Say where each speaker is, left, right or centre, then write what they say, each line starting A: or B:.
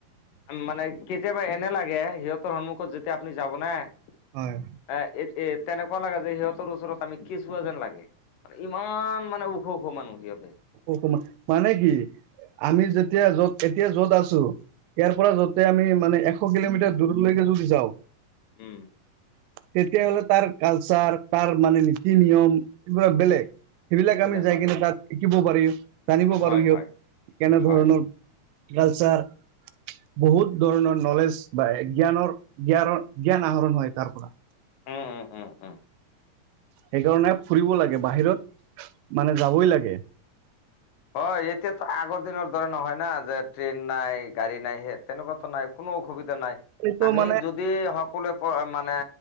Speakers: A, on the left (about 75°); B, on the right (about 85°).
A: মানে কেতিয়াবা এনে লাগে, সিহঁতৰ সন্মুখত যেতিয়া আপুনি যাব ন'।
B: হয়।
A: এ-এত-এ তেনেকুৱা লাগে যে সিহঁতৰ ওচৰত আমি কেচুৱা যেন লাগে মানে ইমান মানে ও ওখ ওখ মানুহ সিহঁতে।
B: ওখ ওখ মা-মানে কি আমি যেতিয়া য'ত এতিয়া য'ত আছো। ইয়াৰ পৰা যতে আমি মানে এশ কিলোমিটাৰ দূৰলৈকে যদি যাওঁ।
A: উম।
B: তেতিয়াহ'লে তাৰ কালচাৰ, তাৰ মানে নীতি নিয়ম পুৰা বেলেগ। সেইবিলাক
A: বেলেগ
B: আমি যাই
A: হয়।
B: কিনে তাত শিকিব পাৰিম, জানিব
A: হয়
B: পাৰিম,
A: হয়
B: কেনে
A: হয়
B: ধৰণৰ কালচাৰ। বহুত ধৰণৰ নলেজ পায়, জ্ঞানৰ-জ্ঞানৰ-জ্ঞানৰ আহৰণ হয় তাৰ পৰা।
A: উম উম উম উম।
B: সেইকাৰণে ফুৰিব লাগে বাহিৰত, মানে যাবই লাগে।
A: অহ, এতিয়াতো আগৰ দিনৰ দৰে নহয় না, যে ট্ৰেইন নাই গাড়ী নাই সেই তেনেকুৱাতো নাই। কোনো অসুবিধা নাই,
B: এইটো
A: আমি
B: মানে
A: যদি যদি সকলোৱে মানে